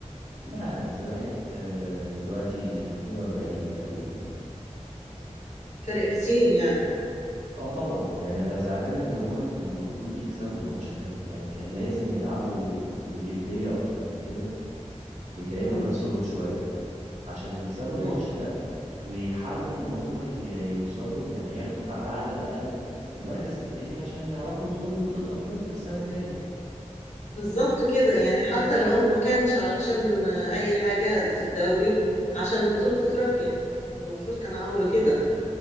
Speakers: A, on the right; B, on the left.
A: لا الزمالك آه، دلوقتي 42 تقريبا
B: فرق كتير يعني
A: اه طبعا يعني انا زعلان لان هما كان المفروض يكسبوا الماتش ده يعني كان لازم يلعبوا بجدية اكتر من كده يتعبوا
B: مم.
A: نفسهم شوية عشان يكسبوا
B: مم.
A: الماتش ده ويحاربوا ان هما ي- يوصلوا يعني ياخدوا على على الاقل المركز التاني عشان يعرفوا يدخلوا بطولة افريقيا السنة الجاية
B: بالظبط كده يعني حتى لو ما كانش علشان أي حاجة في الدوري عشان بطولة إفريقيا المفروض كان عملوا كده